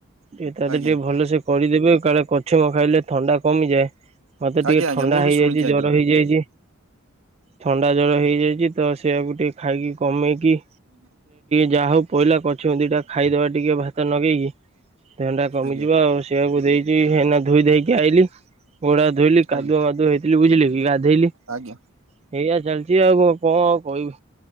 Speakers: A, on the right; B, on the right.
A: ଯେ ତା
B: ଆଜ୍ଞା
A: ଟିକେ ଭଲସ କରିଦେବେ କାଳେ କଛିମ ଖାଇଲେ ଥଣ୍ଡା କମିଯାଏ ମତେ
B: ଆଜ୍ଞା
A: ଟିକେ
B: ଆଜ୍ଞା
A: ଥଣ୍ଡା
B: ମୁଁ
A: ହେଇଯାଇଛି
B: ବି ଶୁଣିଛି ଆଜ୍ଞା
A: ଜର ହେଇଯାଇଛି ଥଣ୍ଡା ଜର ହେଇଯାଇଛି ତ ସେଆକୁ ଟିକେ ଖାଇକି କମେଇକି
B: <inaudible>
A: ଯାହା ହଉ ପହିଲା କଛିମ ଦିଇ ଟା ଖାଇଦବା ଟିକେ ଭାତ ଲଗେଇକି ଥଣ୍ଡା ଟା କମିଯିବ
B: ଆଜ୍ଞା
A: ଆଉ ସେଇଆକୁ ଦେଇଛି ହେନା ଧୋଇଧୋଇକି ଆଇଲି ଗୋଡ଼ ହାତ ଧୋଇଲି କାଦୁଆ
B: ଆଜ୍ଞା
A: ମାଦୁଆ ହେଇଥିଲି ବୁଝିଲି କି ଗାଧେଇଲି
B: ଆଜ୍ଞା।
A: ଏଇଆା ଚାଲିଛି ଆଉ କଣ ଆଉ କହିବି